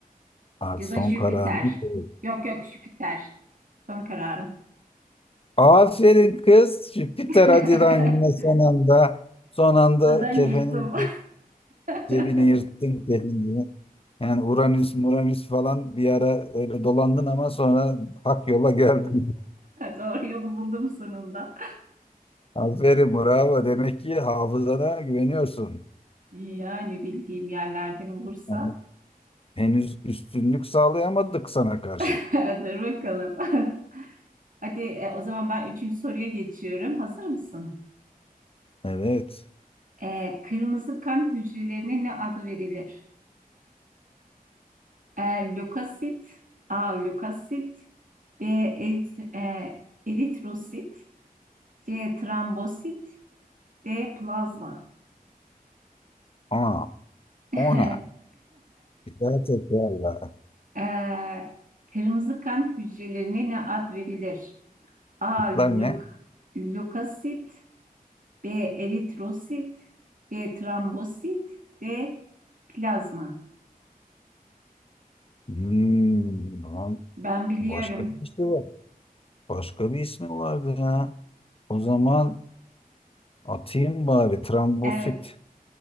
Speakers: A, on the left; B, on the right.
A: Artık
B: Ya da
A: son
B: Jüpiter.
A: kararını ver.
B: Yok yok Jüpiter. Son kararım.
A: Aferin kız. Jüpiter
B: <laughs>
A: Adidan yine son anda son anda
B: Ya da
A: kefenin
B: yırttım. <laughs>
A: cebini yırttın kendini. Yani Uranüs, Muranüs falan bir ara öyle dolandın ama sonra hak yola geldin.
B: Doğru yolu buldum sonunda.
A: <laughs> Aferin bravo. Demek ki hafızana güveniyorsun.
B: Yani bildiğim yerlerden olursa.
A: Yani henüz üstünlük sağlayamadık sana karşı.
B: <laughs> Dur bakalım. <laughs> Hadi e, o zaman ben üçüncü soruya geçiyorum. Hazır mısın?
A: Evet.
B: E, kırmızı kan hücrelerine ne adı verilir? E, lökosit, A. Lökosit, B. erit- e, eritrosit, C. Trombosit. D. Plazma.
A: Aa,
B: <laughs>
A: ona. Bir daha tekrarla.
B: Ee, kırmızı kan hücrelerine ne ad verilir? A.
A: Aklıklar
B: Lök,
A: ne?
B: lökosit. B. Eritrosit. C. Trombosit. D. Plazma.
A: Hmm, lan
B: Ben biliyorum.
A: başka bir şey var. Başka bir ismi vardı ha. O zaman atayım bari trambosit.
B: Evet,